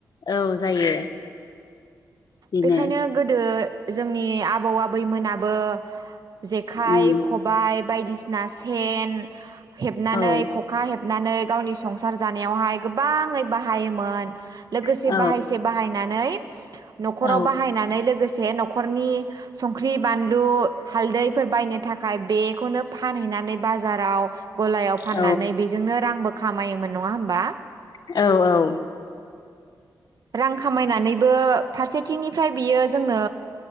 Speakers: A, on the left; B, on the right.
A: औ जायो बिनो।
B: बेखायनो गोदो जोंनि आबौ आबैमोनाबो जेखाइ
A: उम
B: खबाय। बायदिसिना ना सेन हेबनानै
A: औ
B: ख'खा हेब हेबनानै गावनि संसार जानायावहाय गोबाङै बाहायोमोन। लोगोसे
A: औ
B: बाहायसे बाहायनानै नै न'खराव
A: औ
B: बाहायनानै लोगोसे बे न'खरनि संख्रि बानलु हालदैफोर बायनो थाखाय बेग खौनो फानहैनानै बाजाराव गलायाव फाननानै
A: औ
B: बेजोंनो रांबो खामायोमोन नङा होमबा
A: औ औ
B: रां खामायनानैबो फारसेथिंनिफ्राय बियो जोंनो